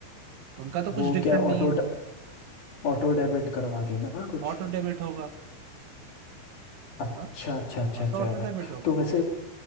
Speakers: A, on the right; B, on the left.
A: उनका तो
B: वो
A: कुछ डिफरेंट
B: क्या
A: नहीं
B: ऑटो
A: है
B: ऑटो डेबिट करवा के ना कुछ
A: ऑटो डेबिट होगा
B: अच्छा
A: हाँ
B: अच्छा अच्छा
A: हाँ
B: अच्छा
A: तो ऑटो डेबिट होगा
B: तो वैसे